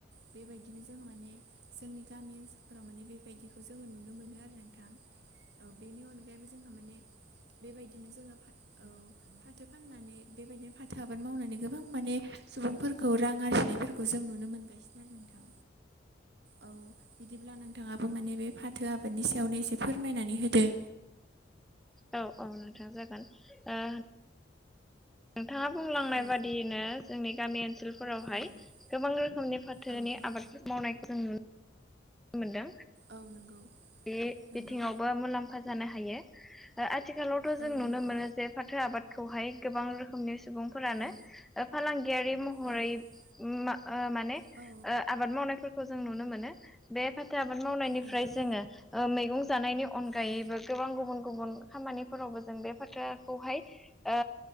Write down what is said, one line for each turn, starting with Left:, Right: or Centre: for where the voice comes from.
Right: बेबायदिनो जों माने जोंनि गामि ओनसोलफोराव माने बेबायदिखौ जोङो नुनो आरो नोंथां। औ बेनि अनगायैबो जोंहा माने बेबायदिनो जोङो औ। औ फाथो फाननानै बेबायदिनो फाथो आबाद मावनानै गोबां माने सुबुंफोरखौ रां आरजि नायफोरखौ जों नुनो मोनगासिनो आरो नोंथां। औ बिदिब्ला नोंथाङाबो माने बे फाथो आबादनि सायावनो एसे फोरमायनानै होदो।
Centre: औ - औ नोंथां जागोन ओ नोंथाङा बुंलांनाय
Right: औ
Centre: बादियैनो जोंनि गामि ओनसोल फोरावहाय
Right: औ
Centre: गोबां रोखोमनि फाथोनि
Right: औ नंगौ
Centre: आबादफोर मावनायखौ जों नुनोनो मोनदों।
Right: औ नंगौ।
Centre: बे
Right: नंगौ
Centre: बिथिङावबो मुलाम्फा जानो हायो। ओ आथिखालावथ' जों
Right: औ
Centre: नुनो
Right: नंगौ
Centre: मोनो जे फाथो आबादखौहाय गोबां रोखोमनि सुबुं फोरानो
Right: औ
Centre: ओ फालांगियारि महरै
Right: औ
Centre: ओम माने
Right: औ।
Centre: आबाद मावनायफोरखौ जों नुनो मोनो बे फाथो आबाद मावनायनिफ्राय
Right: नंगौ
Centre: जोङो ओ मैगं जानायनि अनगायैबो
Right: औ
Centre: गोबां गुबुन - गुबुन खामानिफोरावबो जों बे फोथारखौहाय ओ